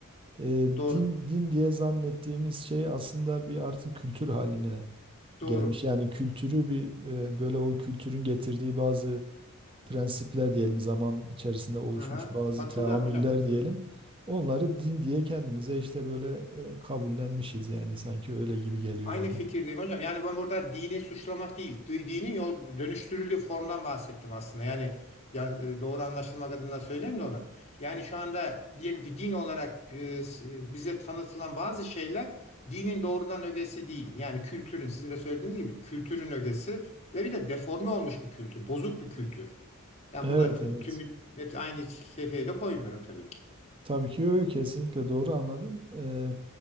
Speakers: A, on the right; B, on the left.
A: e,
B: Doğru.
A: din din diye zannettiğimiz şey aslında bir artık kültür haline
B: Doğru.
A: gelmiş. Yani kültürü bir e, böyle o kültürün getirdiği bazı prensipler diyelim zaman içerisinde oluşmuş
B: Aha.
A: bazı
B: Katılıyorum
A: teamüller
B: hocam katılıyorum.
A: diyelim. Onları din diye kendimize işte böyle e, kabullenmişiz yani sanki öyle gibi geliyor
B: Aynı
A: bana.
B: fikirdeyim hocam. Yani ben burada dini suçlamak değil, d- dinin yol dönüştürüldüğü formdan bahsettim aslında. Yani, yani e, doğru anlaşılmak adına söyleyeyim de onu. Yani şu anda diyelim ki din olarak e, s- e, bize tanıtılan bazı şeyler dinin doğrudan ögesi değil. Yani kültürün, sizin de söylediğiniz gibi kültürün ögesi ve bir de deforme olmuş bir kültür, bozuk bir kültür. Yani
A: Evet
B: burada tü-
A: evet.
B: tümünü hepsi aynı kefeye de koymuyorum tabii ki.
A: Tabii ki ö, kesinlikle doğru anladım. Ee,